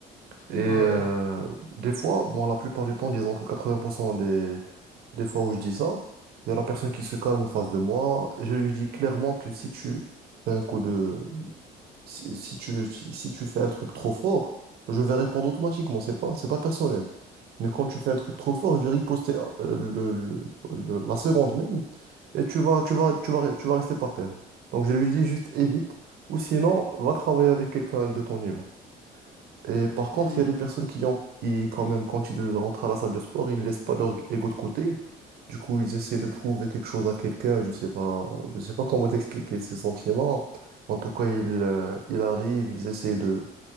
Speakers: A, on the left; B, on the right.
A: <laughs>
B: Et
A: Bah
B: euh,
A: ouais.
B: des fois, bon, la plupart du temps, disons que 80% des, des fois où je dis ça, il y a la personne qui se calme en face de moi et je lui dis clairement que si tu fais un coup de, si, si tu, si, si tu fais un truc trop fort, je vais répondre automatiquement. C'est pas, c'est pas personnel. Mais quand tu fais un truc trop fort, je vais riposter euh, le, le- le- la seconde même et tu vas, tu vas, tu vas, tu vas rester par terre. Donc je lui dis juste évite ou sinon va travailler avec quelqu'un de ton niveau. Et par contre,
A: Hmm.
B: il y a des personnes qui ont, qui, quand même, quand ils rentrent à la salle de sport, ils laissent pas leur ego de côté. Du coup, ils essaient de prouver quelque chose à quelqu'un. Je sais pas, je sais pas comment <laughs> t'expliquer ce sentiment. En tout cas, ils, euh, ils arrivent, ils essaient de,